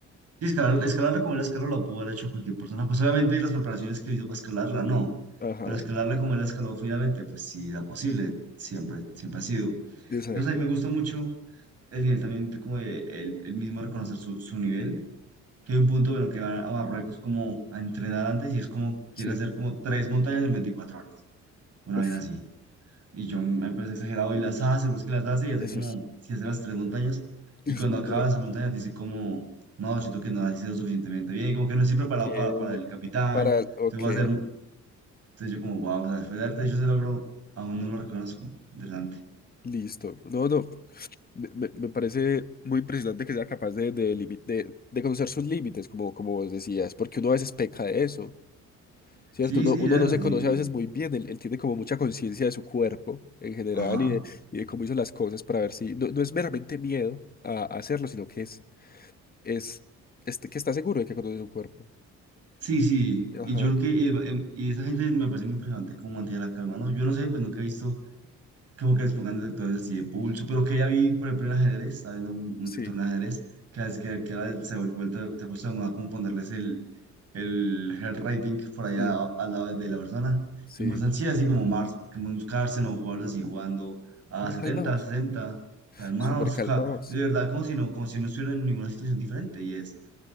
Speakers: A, on the right; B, on the left.
A: y escalar, escalarla como él escaló la pudo haber hecho cualquier persona. Pues, obviamente, las preparaciones que le hizo para escalarla, no.
B: Ajá,
A: Pero escalarla como él la escaló finalmente, pues sí, era posible, siempre, siempre ha sido.
B: exacto.
A: Y, o sea, y me gustó mucho el nivel también, como de él, él mismo reconocer su, su nivel que hay un punto bueno que van a Marruecos como a entrenar antes y es como quiere
B: Sí.
A: hacer como tres montañas en 24 horas, una
B: Uf,
A: vez así. Y yo me parece exagerado y las hace, pues que las hace y hace
B: eso
A: como
B: es,
A: si hace las tres montañas
B: es
A: y cuando
B: muy
A: acaba
B: duro.
A: las tres montañas dice como, no, siento que no ha sido suficientemente bien, como que no estoy preparado
B: Que
A: para, para el capitán,
B: para, ok,
A: entonces voy a hacer, entonces yo como, wow, o sea, después de darte hecho ese logro, aún no lo reconozco, interesante.
B: listo. No, no, me, me- me parece muy impresionante que sea capaz de, de, limi- de, de conocer sus límites, como, como vos decías, porque uno a veces peca de eso ¿Cierto?
A: Sí,
B: Uno,
A: sí,
B: uno
A: de
B: no
A: eso,
B: se
A: sí,
B: conoce a veces muy bien, él, él tiene como mucha conciencia de su cuerpo en general
A: ajá.
B: y de, y de cómo hizo las cosas para ver si... No, no es meramente miedo a, a hacerlo, sino que es, es, este que está seguro de que conoce su cuerpo.
A: Sí, sí,
B: Ajá,
A: y yo creo
B: y-
A: que eh, em- y esa gente me parece muy impresionante cómo mantiene la calma, ¿no? Yo no sé, pues nunca he visto como que les pongan detectores así de pulso, pero que ya vi, por ejemplo, en ajedrez, estaba viendo un, un
B: sí,
A: torneo de ajedrez, que, es- que, que ahora se ha vuelto, se ha puesto de moda como ponerles el, el heart rating por allá
B: sí,
A: a- al lado de la persona,
B: sí.
A: y muestran, sí, así como Mars, como un Carlsen o jugadores así jugando a
B: Muy
A: 70
B: calmados,
A: 60 calmados,
B: súper calmados.
A: ca- de verdad, como si no, como si no estuvieran en ninguna situación diferente, y es